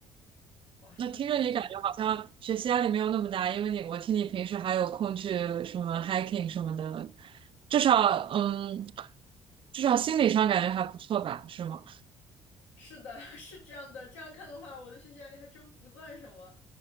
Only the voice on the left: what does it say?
哇，
那。
是的，<laughs> 是这样的。这样看的话，我的学习压力还真不算什么